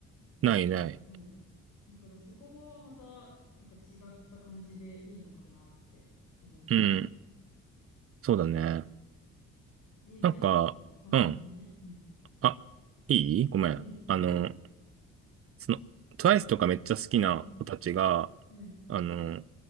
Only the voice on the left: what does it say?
そう。だからそこもまた、なんか違った感じでいいのかなって思った。
え、ライブとか、
あ、
あ、ごめんね。うん。
うん、
大丈夫。
うん。うん。